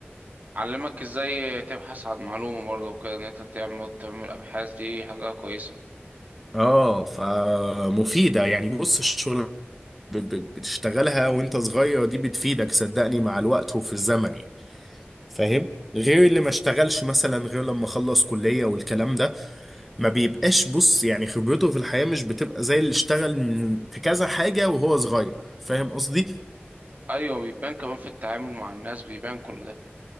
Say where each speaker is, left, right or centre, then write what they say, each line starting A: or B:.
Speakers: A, on the right; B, in the centre.
A: علمك ازاي تبحث عن معلومة برضه وكده ان انت تعمل تعمل ابحاث دي حاجة كويسة
B: اه فمفيدة يعني بص الشغل ب- ب- بتشتغلها وانت صغير دي بتفيدك صدقني مع الوقت وفي الزمن يعني فاهم غير اللي ما اشتغلش مثلا غير لما خلص كلية والكلام ده ما بيبقاش بص يعني خبرته في الحياة مش بتبقى زي اللي اشتغل من- في كذا حاجة وهو صغير فاهم قصدي
A: ايوه بيبان كمان في التعامل مع الناس بيبان كل ده